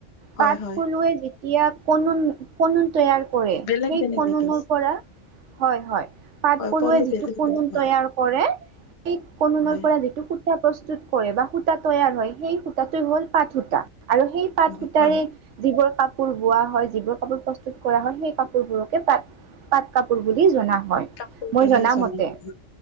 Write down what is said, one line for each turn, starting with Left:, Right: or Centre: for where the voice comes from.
Left: হয়,
Right: পাট
Left: হয়,
Right: পলুৱে যেতিয়া কনুন কনুন। তৈয়াৰ কৰে
Left: বেলেগ
Right: সেই
Left: বেলেগ
Right: খননৰ
Left: নেকি?
Right: পৰা হয়, হয়। পাট
Left: হয়,
Right: পলুৱে
Left: পলো
Right: যিটো
Left: বেলেগ
Right: কনি
Left: বেলেগ হয়,
Right: তৈয়াৰ কৰে সেই কনুনৰ
Left: হয়,
Right: পৰা যিটো সুতা প্ৰস্তুত কৰে বা সূতা তৈয়াৰ হয় সেই সূতাটো হ'ল পাত সূতা। আৰু সেই পাত
Left: হয়,
Right: সূতাৰে
Left: হয়,
Right: যিবোৰ কাপোৰ কাপোৰ বোৱা হয় যিবোৰ কাপোৰ প্ৰস্তুত কৰা হয় সেই কাপোৰবোৰকে পাট পাট কাপোৰ বুলি জনা হয়। হয়
Left: কাপোৰ
Right: মই
Left: বুলি
Right: জনামতে
Left: জনা যায়।